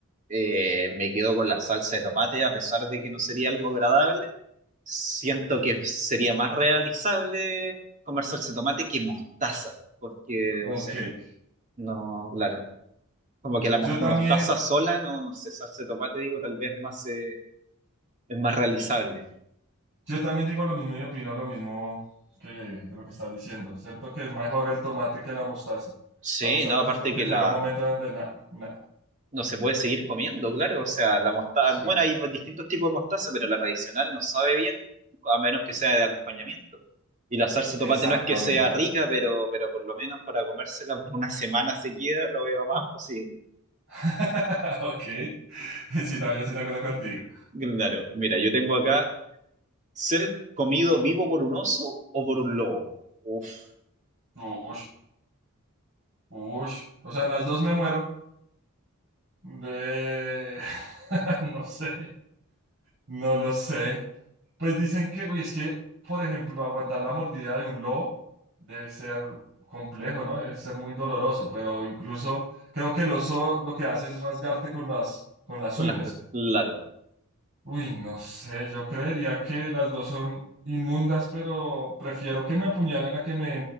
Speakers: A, on the right (about 35°); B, on the right (about 55°).
A: eh, me quedo con la salsa de tomate, a pesar de que no sería algo agradable. Siento que sería más realizable comer salsa de tomate que mostaza, porque
B: Ok,
A: no sé, no, claro. Como que la mos-
B: yo también,
A: mostaza sola, no, no sé, salsa de tomate, digo, tal vez más, eh, es más realizable.
B: yo también digo lo mismo y opino lo mismo que, que lo que estás diciendo. Siento que es mejor el tomate que la mostaza.
A: Sí,
B: La mostaza
A: no, aparte
B: siento que
A: que
B: llega
A: la,
B: un momento donde nada, nada.
A: no se puede seguir comiendo, claro. O sea, la mostaza,
B: Sí,
A: bueno, hay distintos tipos de mostaza, pero la tradicional no sabe bien, a menos que sea de acompañamiento. Y la salsa de
B: exactamente.
A: tomate no es que sea rica, pero, pero por lo menos para comérsela por una semana seguida lo veo más posible.
B: <laughs> Ok, sí, también estoy de acuerdo contigo.
A: Claro, mira, yo tengo acá ser comido vivo por un oso o por un lobo. Uf,
B: Ush, ush. O sea, en las dos me muero. De... <laughs> No sé, no lo sé. Pues dicen que, uy, es que, por ejemplo, aguantar la mordida de un lobo debe ser complejo, ¿no? Debe ser muy doloroso, pero incluso creo que el oso lo que hace es rasgarte con las, con las
A: con
B: uñas.
A: las, claro.
B: Uy, no sé, yo creería que las dos son inmundas, pero prefiero que me apuñalen a que me,